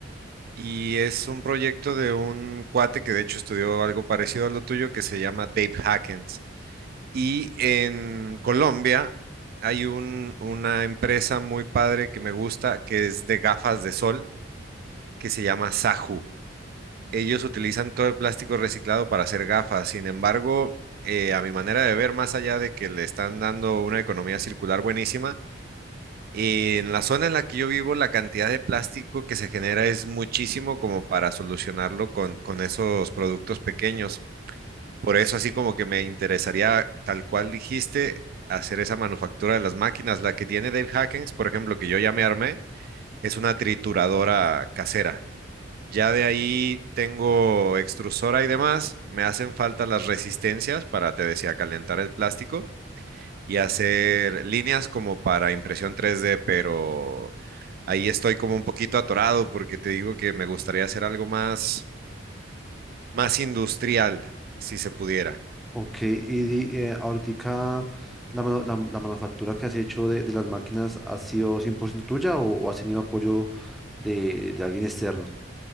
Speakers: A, on the right (about 50°); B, in the centre.
A: y es un proyecto de un cuate que de hecho estudió algo parecido a lo tuyo, que se llama Dave Hackens. Y en Colombia hay un, una empresa muy padre que me gusta, que es de gafas de sol, que se llama Saju. Ellos utilizan todo el plástico reciclado para hacer gafas. Sin embargo, eh, a mi manera de ver, más allá de que le están dando una economía circular buenísima, en la zona en la que yo vivo, la cantidad de plástico que se genera es muchísimo como para solucionarlo con, con esos productos pequeños. Por eso, así como que me interesaría, tal cual dijiste, hacer esa manufactura de las máquinas. La que tiene Dave Hackens, por ejemplo, que yo ya me armé, es una trituradora casera. Ya de ahí tengo extrusora y demás. Me hacen falta las resistencias para, te decía, calentar el plástico y hacer líneas como para impresión 3D, pero ahí estoy como un poquito atorado porque te digo que me gustaría hacer algo más, más industrial, si se pudiera.
B: Ok, y di- eh, ahoritica la, manu- la, la manufactura que has hecho de, de las máquinas ha sido 100% tuya o, o has tenido apoyo de, de alguien externo?